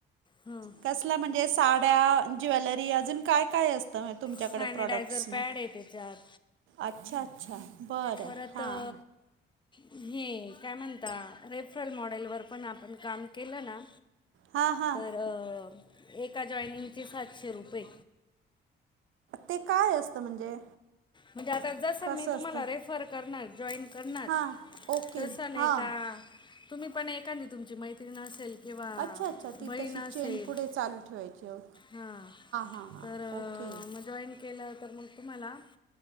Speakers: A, on the left (about 25°); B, on the right (about 80°).
A: हां
B: कस ला म्हणजे साड्या ज्वेलरी अजून काय काय असतं? तुमच्याकडे
A: सॅनिटायझर
B: प्रॉडक्ट्स मग
A: पॅड आहे त्याच्यात.
B: अच्छा अच्छा. बरं
A: परत
B: हां
A: अ हे काय म्हणता रेफरल मॉडेलवर पण आपण काम केलं ना
B: हां हां
A: तर एका जॉइनिंगचे सातशे रुपये.
B: ते काय असतं म्हणजे?
A: म्हणजे आता जसं
B: कसं
A: मी तुम्हाला
B: असतं
A: रेफर करणार जॉईन करणार
B: हां ओके
A: तसं नाही
B: हां
A: का तुम्ही पण एखांदी तुमची मैत्रीण असेल किंवा
B: अच्छा अच्छा ती
A: बहीण
B: तशी
A: असेल
B: चेन पुढे चालू ठेवायची ओके
A: हां
B: हां हां
A: तर
B: ओके
A: मग जॉईन केलं तर मग तुम्हाला